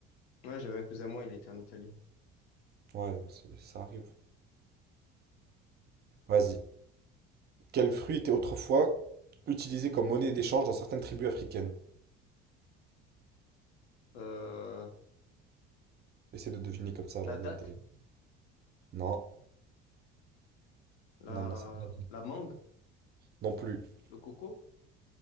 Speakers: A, on the left; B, on the right.
A: Ouais, j'avais un cousin à moi, il était en Italie.
B: Ouais, c'est- ça arrive. Vas-y. Quel fruit était autrefois utilisé comme monnaie d'échange dans certaines tribus africaines?
A: Euh,
B: Essaie de deviner comme ça, genre
A: la date,
B: donne des- Non,
A: la,
B: non, non, c'est pas ça.
A: la mangue,
B: Non plus.
A: le coco,